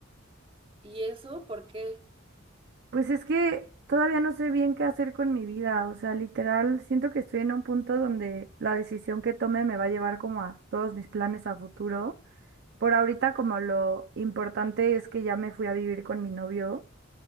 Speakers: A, on the right; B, on the right.
A: ¿Y eso por qué?
B: Pues es que todavía no sé bien qué hacer con mi vida, o sea, literal, siento que estoy en un punto donde la decisión que tome me va a llevar como a todos mis planes a futuro. Por ahorita como lo importante es que ya me fui a vivir con mi novio.